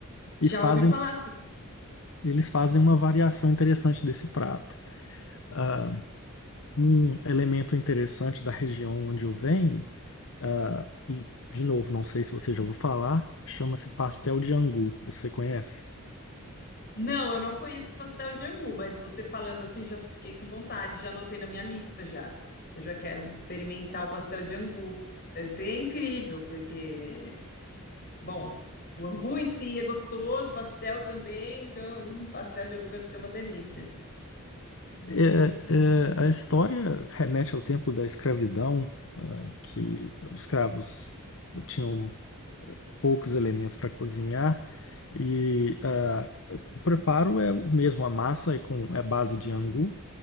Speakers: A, on the left (about 65°); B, on the left (about 45°).
A: e
B: já
A: fazem,
B: ouvi falar assim.
A: eles fazem uma variação interessante desse prato. Ah, um elemento interessante da região onde eu venho, ah, e de novo, não sei se você já ouviu falar, chama-se pastel de angu. Você conhece?
B: Não, eu não conheço pastel de angu, mas você falando assim, já fiquei com vontade, já anotei na minha lista já. Eu já quero experimentar o pastel de angu. Deve ser incrível, porque Bom, o angu em si é gostoso, pastel também, então um pastel de angu deve ser uma delícia.
A: É, é, a história remete ao tempo da escravidão, ah, que os escravos tinham poucos elementos para cozinhar e ah, o preparo é o mesmo, a massa é com é base de angu